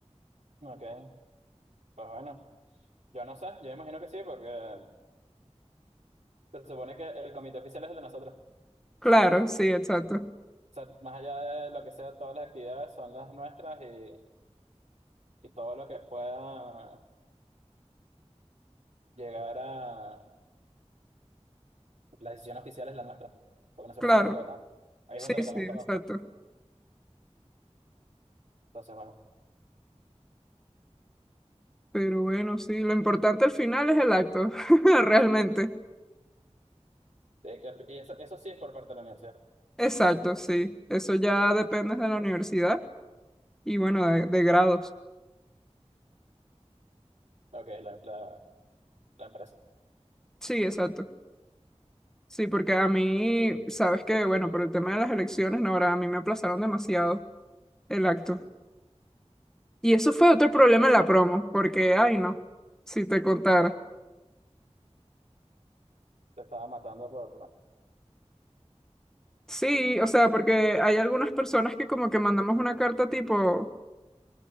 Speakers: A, on the right; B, in the centre.
A: Ok. Pues bueno, yo no sé, yo imagino que sí, porque se supone que el comité oficial es el de nosotros.
B: Claro, sí, exacto.
A: O sea, más allá de lo que sea, todas las actividades son las nuestras y, y todo lo que pueda llegar a la decisión oficial es la nuestra, porque nosotros
B: Claro.
A: somos los que votamos. Ahí es
B: Sí,
A: donde votamos
B: sí, exacto.
A: todos, pues. Entonces, bueno.
B: Pero bueno, sí, lo importante al final es el acto, <laughs> realmente.
A: Sí, que- y eso, eso sí es por parte de la universidad,
B: Exacto, sí. Eso ya depende de la universidad y bueno, de, de grados.
A: lo que es la, la, la empresa.
B: Sí, exacto. Sí, porque a mí, sabes que, bueno, por el tema de las elecciones, no, ahora a mí me aplazaron demasiado el acto. Y eso fue otro problema en la promo, porque, ay, no, si te contara.
A: se estaba matando por... o
B: Sí, o sea, porque hay algunas personas que como que mandamos una carta tipo,